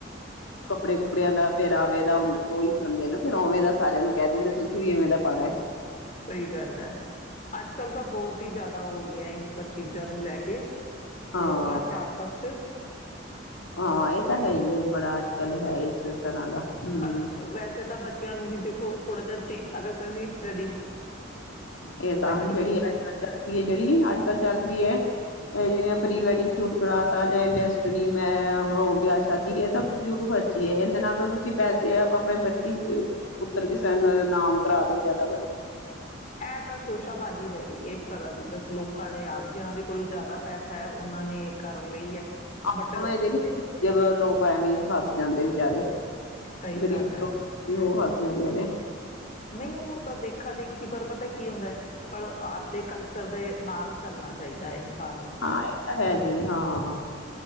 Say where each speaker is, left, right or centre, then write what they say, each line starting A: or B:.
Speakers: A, on the left; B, on the left.
A: ਕੱਪੜੇ ਕੁੱਪੜਿਆਂ ਦਾ ਫਿਰ ਆਵੇ ਦਾ ਹ ਉਹੀ ਪਾਦੇ ਨਾ ਫਿਰ ਉਵੇਂ ਦਾ ਸਾਰਿਆਂ ਨੂੰ ਕਹਿ ਦਿੰਦੇ ਤੁਸੀਂ ਵੀ ਇਵੇਂ ਦਾ ਪਾੜੇ
B: ਸਹੀ ਗੱਲ ਹੈ, ਅੱਜ ਕੱਲ ਤਾਂ ਬਹੁਤ ਹੀ ਜ਼ਿਆਦਾ ਹੋ ਗਿਆ। ਸਭ ਚੀਜ਼ਾਂ ਨੂੰ ਲੈ ਕੇ
A: ਹਾਂ
B: ਲੋਕਾਂ ਚ ਆਪਸ ਚ
A: ਹਾਂ ਇਹ ਤਾਂ ਹੈ ਹੀ ਹੈ ਬੜਾ, ਚੱਲ ਹੈ ਇਸੇ ਤਰ੍ਹਾਂ ਦਾ ਹੂੰ,
B: ਪਰ ਵੈਸੇ ਤਾਂ ਬੱਚਿਆਂ ਨੂੰ ਵੀ ਦੇਖੋ ਥੋੜਾ ਜਿਹਾ ਚੇ ਅਗਰ ਕਸੀ ਟ੍ਰਡੀਸ਼ਨ
A: ਇਹ ਤਾਂ
B: ਹਾਂਜੀ
A: ਜਿਹੜੀ ਅੱਜ ਚੱਲ ਪਈ ਹੈ, ਜਿਹੜੀ ਅੱਜ ਕੱਲ <unintelligible> ਵੀ ਹੈ, ਇਹ ਜਿਵੇਂ ਪ੍ਰੀ ਵੈਡਿੰਗ ਸੂਟ <unintelligible> ਆ ਜਾਏ ਡੈਸ ਮੈਂ ਉਹ ਵਿਆਹ ਸ਼ਾਦੀ, ਹੈ ਤਾਂ ਫਿਜੂਲ ਖਰਚੀ ਹੈ, ਇਹਦੇਂ ਨਾਲ ਤਾਂ ਤੁਸੀਂ ਪੈਸੇ ਆ-ਆਪਣੇ ਬੱਤੀ ਪੁੱਤਰ ਕਿਸੇ ਨ ਨਾਮ ਕਰਾ ਦੋ, ਉਹ ਜ਼ਿਆਦਾ ਵ
B: ਇਹ ਤਾਂ ਸ਼ੋਸ਼ਾਬਾਜ਼ੀ ਰਹਿ ਗਈ ਹੈ, ਇੱਕ ਤਰ੍ਹਾਂ ਦੀ ਬਸ ਲੋਕਾਂ ਨੇ ਆਪ, ਜਿਹਨਾਂ ਦੇ ਕੋਲ ਜ਼ਿਆਦਾ ਪੈਸਾ ਹੈ, ਉਹਨਾਂ ਨੇ ਕਰ ਲਈ ਹੈ।
A: ਆਪਣੇ
B: ਬਟ
A: ਦੇਖ ਜਦ ਲੋਕ ਐਵੇਂ ਹੀ ਫਸ ਜਾਂਦੇ ਵਿਚਾਰੇ।
B: ਸਹੀ
A: ਗਰੀਬ
B: ਗੱਲ ਹੈ।
A: ਲੋਕ ਉਹ ਫਸ ਜਾਂਦੇ ਨੇ।
B: ਨਹੀਂ ਉਹ ਤਾਂ ਦੇਖਾ ਦੇਖੀ, ਪਰ ਪਤਾ ਕੀ ਹੁੰਦਾ ਹੈ, ਪਰ ਆਪਦੇ ਕਲਚਰ ਦੇ ਨਾਲ ਚੱਲਣਾ ਚਾਹੀਦਾ ਹੈ। <unintelligible>
A: ਹਾਂ ਇਹ ਤਾਂ ਹੈ ਜੀ ਹਾਂ।